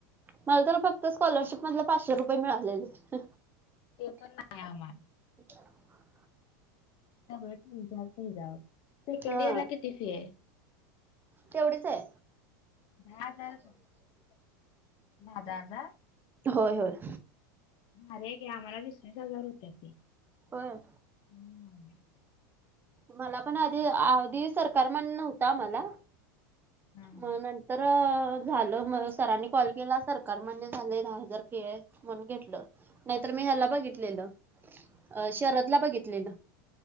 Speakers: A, on the right; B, on the left.
A: मल तर फक्त स्कॉलरशिप मधल पाचशे रुपये मिळालेलं.
B: ते पण नाही आमा
A: क <inaudible>
B: सगळं त्यांच्याच हज्यावर,, सकेंड
A: हा
B: इयर ला किती फि हाय?
A: तेवढीच आय.
B: धा हजार,, धा धा हजार.
A: होय-होय.
B: भारीयेकि आम्हाला वीस वीस हजार होत्या की.
A: होय.
B: हम्म.
A: मला पण आधी आधी सरकार मान्य नव्हतं आमाला.
B: हम्म.
A: मग नंतर अ झालं म सरांनी कॉल केला सरकार मान्य झालय दहा हजार फी आए म्हणून घेतलं. नाहीतर मी ह्याला बघितलेलं. अ शरदला बघितलेलं.